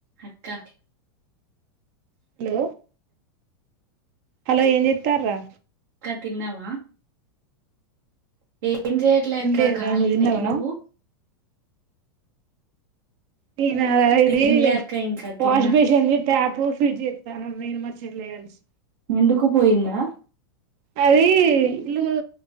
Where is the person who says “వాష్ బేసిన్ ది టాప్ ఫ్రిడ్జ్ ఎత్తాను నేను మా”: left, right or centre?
Right